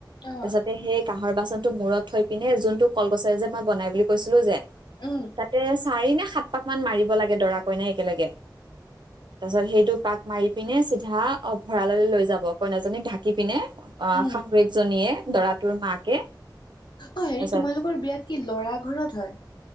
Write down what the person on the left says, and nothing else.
অ
উম
উম
অঁ হেৰি
তোমালোকৰ বিয়াত কি লৰা ঘৰত হয়